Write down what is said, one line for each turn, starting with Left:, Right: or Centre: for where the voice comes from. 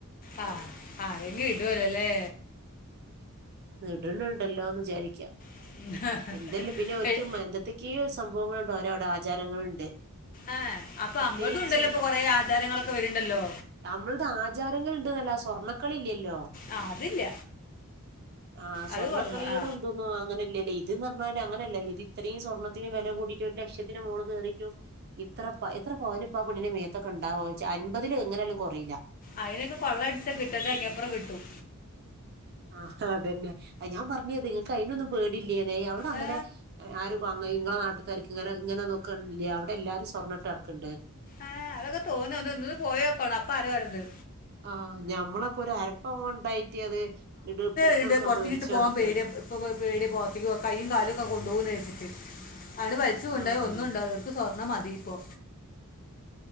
Left: ആ ആരേം ഇടോ ലലെ?
Right: ഇട്ന്ണ്ടല്ലോ എന്ന് വിചാരിക്ക
Left: മനുഷ്യന്മാർ
Right: എന്തല്ലേ പിന്നെ ഒരിക്കും എന്തത്ത ക്യോ സംഭവങ്ങളുണ്ട്. ഓരടെ ആചാരങ്ങളുണ്ട്
Left: ആ അപ്പൊ
Right: പ്രത്യേകിച്ച്
Left: അമ്മൾതുണ്ടല്ലോ ഇപ്പൊ കൊറേ ആചാരങ്ങളൊക്കെ വര്ണ്ടല്ലോ
Right: നമ്മള്ത് ആചാരങ്ങൾഇണ്ട് ന്നല്ലാസ്വർണ്ണക്കളി ഇല്ലല്ലോ?
Left: ആ അതില്ല
Right: ആ
Left: അത്
Right: സ്വർണക്കളികളും
Left: കുറവ് ആ
Right: ഇതും അങ്ങനല്ലെടീ ഇത് ന്ന് റിഞ്ഞാല് അങ്ങനെയല്ലേ ഇത്രീംസ്വർണ്ണത്തിന്‌വില കൂടിയിട്ട് ഒരു ലക്ഷത്തിന് മോള്കേറീറ്റും ഇത്ര എത്ര പവന് പ്പാ പെണ്ണിനന്റെ മേത്തൊക്കെ ഇണ്ടാവോ അൻപതിലും എങ്ങനൊലും കൊറീല
Left: അതിനൊക്കെ കൊള്ള അടിച്ചാ കിട്ടണ്ട ഇൻങ്ങേപ്പുറം കിട്ടും
Right: ആ ഹ് അതെന്നെ അ ഞാൻ പറഞ്ഞത് നിങ്ങക്ക് അയിനൊന്നും പേടില്ലേന്ന് അവിടെ അങ്ങനെ
Left: ആ,
Right: ആരുംഅങ്ങ ഇങ്ങളെ നാട്ടത്താരിക്ക് ഇങ്ങനെ ഇങ്ങനെ നോക്കില്ല അവിടെ എല്ലാരും സ്വർണ്ണട്ട് നടക്ക്ണ്ട്
Left: ആഹ് അതൊക്കെ തോന്ന ഒന്നന്ന് പോയോകണം അപ്പ അറിയ ഓരേ ത്
Right: ആഹ് ഞമ്മളൊക്കെ ഒരു അരപ്പവൻ ഉണ്ടായിട്ട് അത് ഇട്
Left: പ്പത്
Right: കൊടുക്കാൻ
Left: പ്പുറത്തികിട്ട്
Right: പേടിച്ച്
Left: പോവാൻ
Right: നടക്കാണ്
Left: പടിയ ഇപ്പ പേടിയ പൊറ്ത്തി കയ്യും കാലൊ ഒക്ക കൊണ്ടു പോകന്ന് വിചാരിച്ചിട്ട്. ആണ്ട് വലിച്ചു കൊണ്ടായോ
Right: ആഹ്
Left: ഒന്നും
Right: അത്
Left: ഉണ്ടാോ പ്പൊ സ്വർണ്ണം മതി ഇപ്പോ